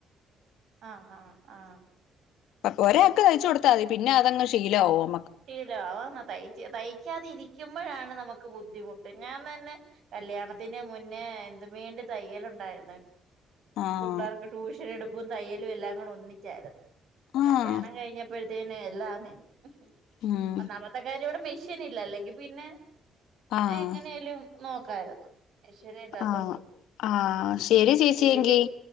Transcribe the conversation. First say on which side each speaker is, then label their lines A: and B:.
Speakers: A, on the right; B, on the left.
A: ആ ആ ആ
B: അപ്പോ ഒരാക്ക് തയ്ച്ചു കൊടുത്താ മതി. പിന്നെ അതങ്ങ് ശീലാവും.
A: ശീലാവും ന്നാ തയ്ച്ച് തയ്ക്കാതിരിക്കുമ്പോഴാണ് ന മക്ക് ബുദ്ധിമുട്ട്. ഞാൻ തന്നെ കല്യാണത്തിന് മുന്നേ എന്ത്‌ <unintelligible> തയ്യലുണ്ടായിരന്നു.
B: ആഹ്
A: പുള്ളേർക്ക് ട്യൂഷൻ എടുപ്പും തയ്യലും എല്ലാം കൂടെ ഒന്നിച്ചായിരുന്നു.
B: ആഹ്
A: കല്യാണം കഴിഞ്ഞപ്പഴത്തേന് എല്ലാം നി <inaudible>
B: ഉം
A: ഒന്നാമത്തെക്കാര്യം ഇവിടെ മെഷീ നില്ല. അല്ലെങ്കി പിന്നെ
B: ആഹ്
A: എങ്ങനെയേലും നോക്കായിരുന്നു. മിഷ്യനില്ലാത്തോണ്ട്
B: ആഹ് ആഹ് ശരി ചേച്ചിയെങ്കി
A: വീട്ടിൽ